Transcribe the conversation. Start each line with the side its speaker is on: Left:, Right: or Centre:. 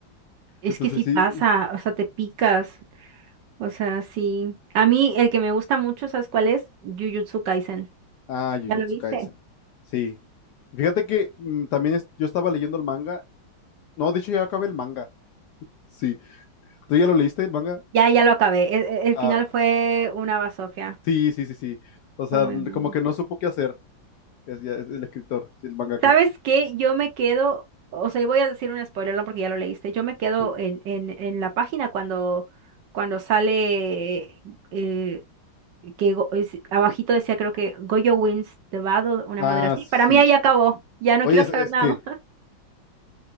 Right: Es
Left: Entonces
Right: que sí
Left: sí,
Right: pasa, o sea, te picas. O sea, sí. A mí el que me gusta mucho, ¿sabes cuál es? Jujutsu Kaisen.
Left: Ah, Jujutsu
Right: ¿Ya lo viste?
Left: Kaisen. Sí. Fíjate que mm, también es- yo estaba leyendo el manga. No, de hecho ya acabé el manga. Sí. ¿Tú ya lo leíste el manga?
Right: Ya, ya lo acabé. El, el- el
Left: Ah,
Right: final fue una basofia.
Left: sí, sí, sí, sí. O sea,
Right: Fue muy malo.
Left: como que no supo qué hacer. Es, ya- es el escritor, sí, el mangaka.
Right: ¿Sabes qué? Yo me quedo, o sea, y voy a decir un spoiler, no porque ya lo leíste. Yo me quedo
Left: Sí.
Right: en, en, en la página cuando, cuando sale eh, que Go- es- abajito decía creo que Goyo wins the battle, una
Left: Ah,
Right: madre así.
Left: sí.
Right: Para mí ahí acabó. Ya no
Left: Oye,
Right: quiero
Left: es,
Right: saber
Left: es
Right: nada
Left: que
Right: más. <laughs>